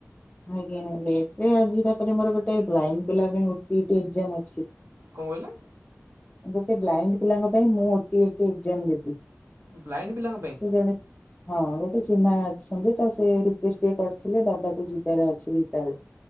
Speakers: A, on the left (about 20°); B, on the right (about 55°).
A: ଆଜ୍ଞା ଲେଟରେ ଆଜି ତାପରେ ମୋର ଗୋଟେ ବ୍ଲାଇଣ୍ଡ ପିଲା ପାଇଁ ଓ ଟି ଇ ଟି ଏଗ୍ଜାମ୍ ଅଛି।
B: କଁ କହିଲେ?
A: ଗୋଟେ ବ୍ଲାଇଣ୍ଡ ପିଲାଙ୍କ ପାଇଁ ମୁଁ O T E T exam ଦେବି।
B: ବ୍ଲାଇଣ୍ଡ ପିଲାଙ୍କ ପାଇଁ
A: ସେ ଜଣେ ହଁ ଗୋଟେ ଚିହ୍ନା ଅ ସଞ୍ଜୟତ ସେ ରିକୁଏଷ୍ଟ ଟିକେ କରିଥିଲେ ଦବାକୁ ଯିବାର ଅଛି ଦିଟା ବେଳେ।